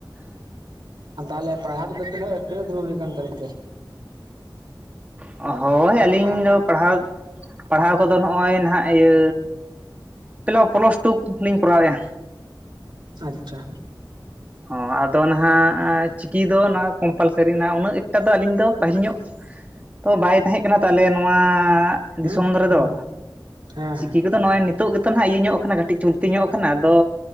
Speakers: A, on the right; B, on the right.
A: ᱛᱟᱦᱚᱞᱮ ᱯᱟᱲᱦᱟᱜ ᱠᱚᱫᱚ ᱛᱤᱱᱟᱹᱜ ᱛᱤᱱᱟᱹᱜ ᱫᱷᱟᱵᱤᱡ ᱦᱩᱭ ᱟᱠᱟᱱ ᱛᱟᱵᱤᱱ ᱛᱮ?
B: ᱦᱳᱭ
A: ᱚᱞᱚᱜ
B: ᱟᱹᱞᱤᱧ
A: ᱯᱟᱲᱦᱟᱜ
B: ᱫᱚ ᱯᱟᱲᱦᱟᱣ, ᱯᱟᱲᱦᱟᱣ ᱠᱚᱫᱚ ᱱᱚᱜᱼᱚᱭ ᱱᱟᱦᱟᱜ ᱤᱭᱟᱹ ᱯᱞᱟ ᱯᱞᱟᱥ ᱴᱩ ᱠᱚ ᱞᱤᱧ ᱠᱚᱨᱟᱣᱮᱫᱼᱟ᱾
A: ᱟᱪᱪᱷᱟ᱾
B: ᱦᱚᱸ ᱟᱫᱚ ᱱᱟᱦᱟᱜ ᱪᱤᱠᱤ ᱫᱚ ᱱᱚᱣᱟ ᱠᱚᱢᱯᱟᱞᱥᱟᱨᱤ ᱱᱟ, ᱩᱱᱟᱹᱜ ᱮᱠᱴᱟ ᱫᱚ ᱟᱞᱤᱧ ᱫᱚ ᱯᱟᱹᱦᱤᱞ ᱧᱚᱜ ᱛᱚ ᱵᱟᱭ ᱛᱟᱦᱮᱸ ᱠᱟᱱᱟ᱾ᱛᱟᱦᱚᱞᱮ ᱱᱚᱣᱟ
A: ᱦᱩᱸ
B: ᱫᱤᱥᱚᱢ
A: ᱦᱩᱸ
B: ᱫᱷᱟᱨᱮ ᱫᱚ
A: ᱦᱮᱸ
B: ᱪᱤᱠᱤ
A: ᱦᱮᱸ
B: ᱠᱚᱫᱚ ᱱᱚᱜᱼᱚᱭ ᱱᱤᱛ ᱱᱤᱛᱚᱜ ᱜᱮᱛᱚ ᱱᱟᱦᱟᱜ ᱤᱭᱟᱹ ᱧᱚᱜ ᱠᱟᱱᱟ ᱛᱚᱜ ᱜᱮᱛᱚ ᱱᱟᱦᱟᱜ ᱠᱟᱹᱴᱤᱡ ᱪᱚᱞᱛᱤ ᱧᱚᱜ ᱟᱠᱟᱱᱟ᱾ ᱟᱫᱚ